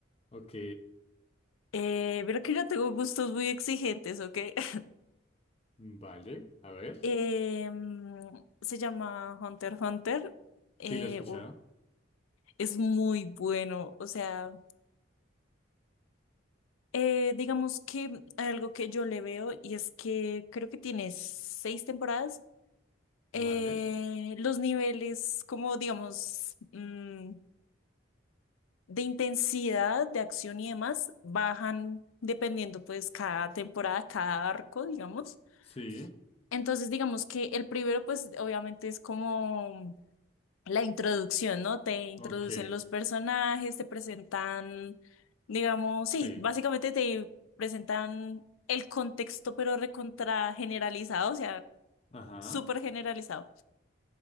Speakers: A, on the left; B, on the left.
A: Ok.
B: Eh, pero que yo tengo gustos muy exigentes, ¿ok? <laughs>
A: Vale. A ver.
B: Eh, mm, se llama Hunter x Hunter. Eh,
A: Sí, lo he escuchado.
B: u- es muy bueno, o sea, eh, digamos que hay algo que yo le veo y es que creo que tiene seis temporadas. eh,
A: Vale.
B: los niveles, como digamos, mm, de intensidad, de acción y demás, bajan dependiendo pues cada temporada, cada arco, digamos.
A: Sí.
B: Entonces, digamos que el primero pues obviamente es como la introducción, ¿no? Te introducen
A: Ok.
B: los personajes, te presentan, digamos,
A: Sí.
B: sí, básicamente te presentan el contexto, pero recontra generalizado, o sea,
A: Ajá.
B: súper generalizado.